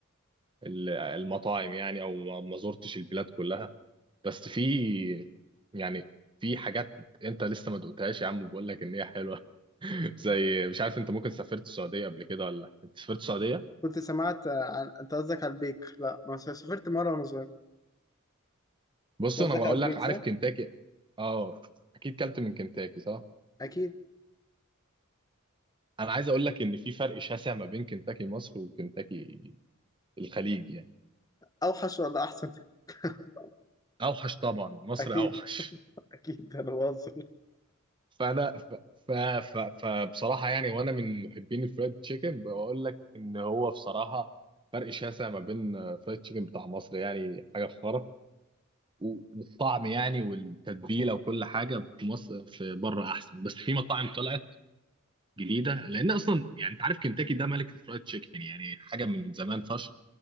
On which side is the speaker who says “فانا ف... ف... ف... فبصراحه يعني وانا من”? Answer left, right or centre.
Right